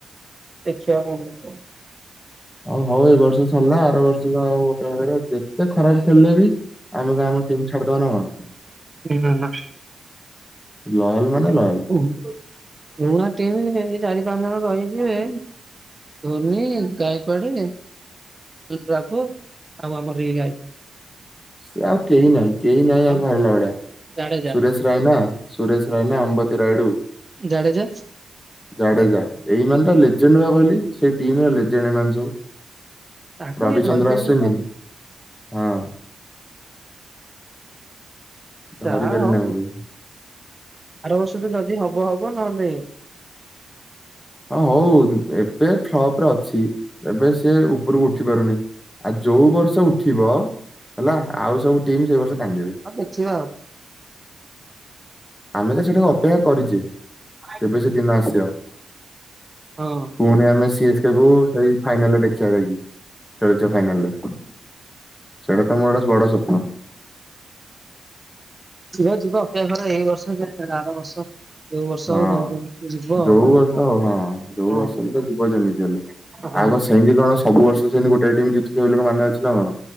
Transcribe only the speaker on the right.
ଦେଖିବା କଣ ହଉଚି ଆଉ?
<unintelligible>
ପୁ ପୁରୁଣା ଟିମ୍ ଏଇ ଚାରି ପାଞ୍ଚ ଜଣ ରହିଯିବେ ଧୋନି ଗାଇପାଡେ ବ୍ରାଭୋ ଆଉ ଆମର ଏଇ ଗାୟକ।
କଣ
ଜାଡେଜା
ଜାଡ଼େଜା।
ତାଙ୍କୁ
ଏ ଧରିପାରିବେନି
କଣ
ଯାହା
ହବ ଦେଖିବା
ଆର ବର୍ଷଠୁ ଯଦି ହବ ହବ ନହେଲେ
ହଁ ଦେଖିବା ଆଉ।
ଆଉ।
ହଁ।
ଯିବ ଯିବ ଅପେକ୍ଷା କର ଏଇ ବର୍ଷ କେଆଣି ଆର ବର୍ଷ ଏଇ ବର୍ଷ
ଆଉ ଯେମିତି ହେଲେ ଯିବ
ଆଉ
ହଁ।
ହଉ।